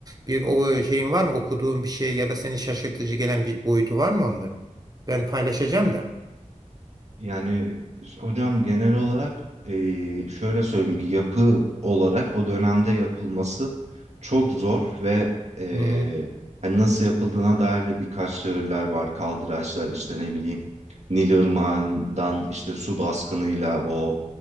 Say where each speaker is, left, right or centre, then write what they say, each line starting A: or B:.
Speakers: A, on the right; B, on the right.
A: bir o şeyin var mı? Okuduğun bir şey ya da seni şaşırtıcı gelen bir boyutu var mı onların? Ben paylaşacağım da.
B: Yani hocam genel olarak eee, şöyle söyleyeyim bir yapı olarak o dönemde yapılması çok zor ve eee,
A: Hmm,
B: hani nasıl yapıldığına dair de birkaç teoriler var. Kaldıraçlar işte ne bileyim Nil Irmağı'ndan işte su baskınıyla o